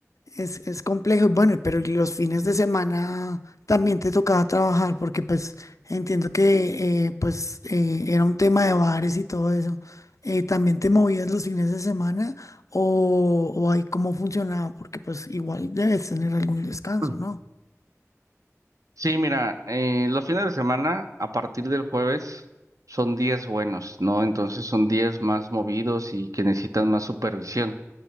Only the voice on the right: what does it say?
Mm.
Sí, mira, eh, los fines de semana a partir del jueves son días buenos, ¿no? Entonces son días más movidos y que necesitan más supervisión.